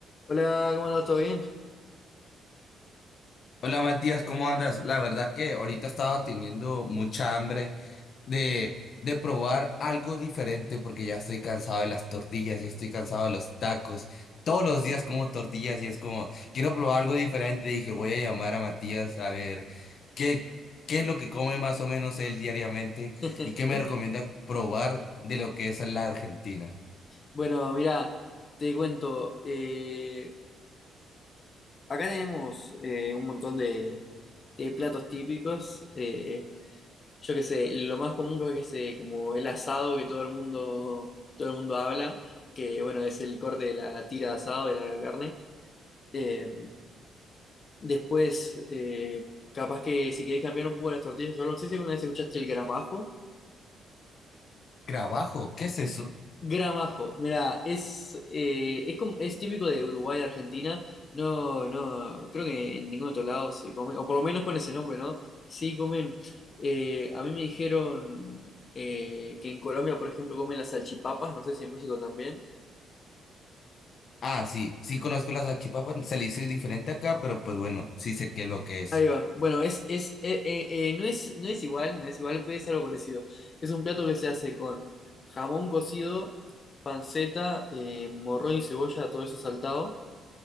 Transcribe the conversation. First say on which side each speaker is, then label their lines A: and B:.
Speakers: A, on the left; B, on the left.
A: Hola, ¿cómo andas? ¿Todo bien?
B: Hola Matías, ¿cómo andas? La verdad que ahorita estaba teniendo mucha hambre de, de probar algo diferente porque ya estoy cansado de las tortillas, ya estoy cansado de los tacos. Todos los días como tortillas y es como, quiero probar algo diferente. Dije, voy a llamar a Matías a ver qué, qué es lo que come más o menos él diariamente
A: <laughs>
B: y qué me recomienda probar de lo que es la Argentina.
A: Bueno, mira, te cuento, eh, acá tenemos eh, un montón de, de platos típicos, eh, yo qué sé, lo más común creo que es eh, como el asado que todo el mundo, que todo el mundo habla, que bueno, es el corte de la tira de asado de la carne. Eh, después, eh, capaz que si querés cambiar un poco las tortillas, o algo, no sé si alguna vez escuchaste el gramajo.
B: Trabajo, ¿qué es eso?
A: Gramajo, mira, es, eh, es como, es típico de Uruguay, Argentina. No, no, creo que en ningún otro lado se come, o por lo menos con ese nombre, ¿no? Sí comen. eh, a mí me dijeron eh, que en Colombia, por ejemplo, comen las salchipapas, no sé si en México también.
B: Ah, sí, sí conozco las achipapas, se le dice diferente acá, pero pues bueno, sí sé qué es lo que es.
A: Ahí va. Bueno, es, es, eh, eh, eh, no es, no es igual, no es igual, pero es algo parecido. Es un plato que se hace con jamón cocido, panceta, eh, morrón y cebolla, todo eso saltado